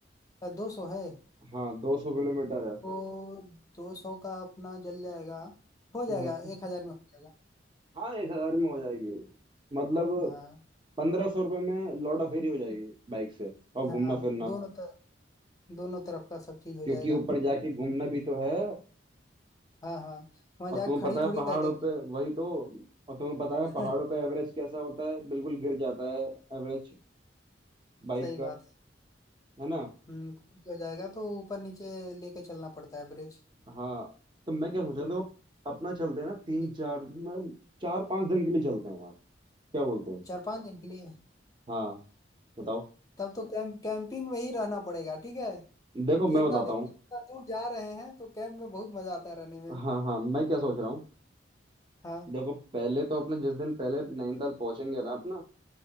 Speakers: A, on the left (about 20°); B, on the right (about 25°).
A: तो दो सौ है
B: हाँ दो सौ किलोमीटर है
A: तो दो सौ का अपना जल जाएगा हो जाएगा
B: हाँ
A: एक हजार में हो जाएगा
B: हाँ एक हजार में हो जाएगी मतलब
A: हाँ
B: पंद्रह सौ रुपये में लौटा फेरी हो जाएगी बाइक से और घूमना
A: हाँ
B: फिरना
A: दोनों तरफ दोनों तरफ का सब चीज हो
B: क्योंकि
A: जाएगा
B: ऊपर जाके घूमना भी तो है
A: हाँ हाँ वहां
B: और
A: जाके
B: तुम्हें
A: खड़ी
B: पता है
A: थोड़ी
B: पहाड़ों
A: कर देंगे
B: पे वही तो और तुम्हें पता है
A: <laughs>
B: पहाड़ों पे एवरेज कैसा होता है बिल्कुल गिर जाता है एवरेज बाइक
A: सही बात
B: का
A: है।
B: है ना
A: हम्म कुछ भी हो जाएगा तो ऊपर नीचे लेके चलना पड़ता है ब्रिज
B: हाँ तो मैं क्या सोच रहा हूँ देखो अपना चलते हैं ना तीन
A: एक
B: चार मैं चार पांच दिन के लिए चलते हैं क्या बोलते हो
A: चार पांच दिन के लिए
B: हाँ बताओ
A: तब तो कैंप कैंपिंग में ही रहना पड़ेगा ठीक है क्योंकि
B: देखो मैं
A: इतना
B: बताता
A: दिन
B: हूँ
A: इतना दूर जा रहे हैं तो कैंप में बहुत मजा आता है रहने में
B: हाँ हाँ मैं क्या सोच रहा हूँ
A: हाँ
B: देखो पहले तो अपने जिस दिन पहले नैनीताल पहुंचेंगे ना अपना